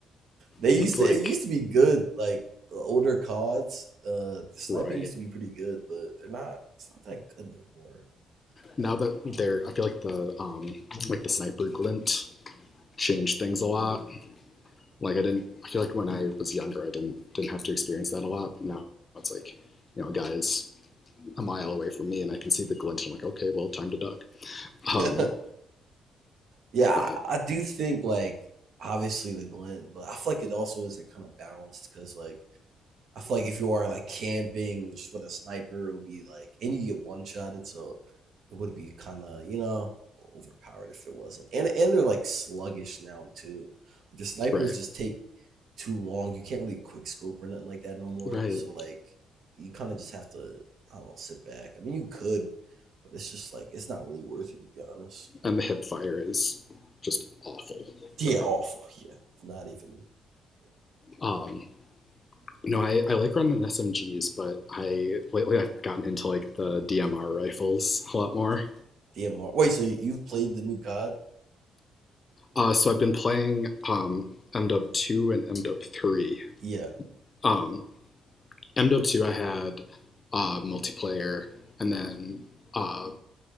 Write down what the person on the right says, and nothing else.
They used
to
it used to be good, like the older CODs, uh sniping
used to be pretty good, but they're not it's not that good no more.
Uh,
I don't
know. Yeah. <laughs> Yeah,
I, I do think like obviously the glint, but I feel like it also isn't kind of balanced because like I feel like if you are like camping just with a sniper, it would be like and you get one shotted, so it would be kind of you know overpowered if it wasn't. And and they're like sluggish now too. Like, The snipers
just take too long. You can't really quick scope or nothing like that no more.
So like you kind of just have to I don't know, sit back. I mean, you could, but it's just like it's not really worth it to be honest.
Yeah,
awful. Yeah, not even
<laughs> DMR. Wait, so you've played the new COD?
Yeah,